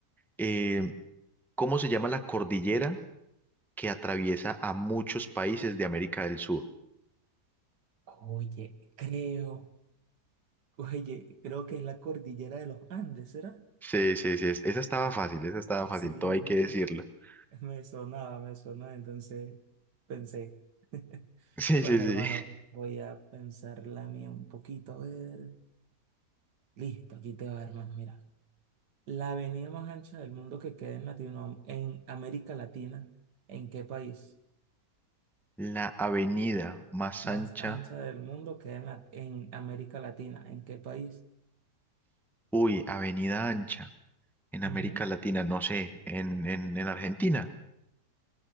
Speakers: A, in the centre; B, on the right.
A: Eh, ¿cómo se llama la cordillera que atraviesa a muchos países de América del Sur?
B: Oye, creo, oye, creo que es la cordillera de los Andes, ¿será?
A: Sí, sí, sí, es- esa estaba
B: <laughs>
A: fácil, esa estaba fácil,
B: Sí,
A: todo hay que
B: me,
A: decirlo. <laughs>
B: me sonaba, me sonaba, entonces pensé. <laughs>
A: Sí,
B: Bueno,
A: sí, sí.
B: hermano, voy a pensarla mía un poquito, a ver. Listo, aquí te va, hermano. Mira, la avenida más ancha del mundo que queda en Latino, en América Latina, ¿en qué país?
A: La avenida más
B: Más
A: ancha,
B: ancha del mundo queda en, la- en América Latina, ¿en qué país?
A: uy, avenida ancha, en
B: Ujú.
A: América Latina, no sé, en, en, en Argentina.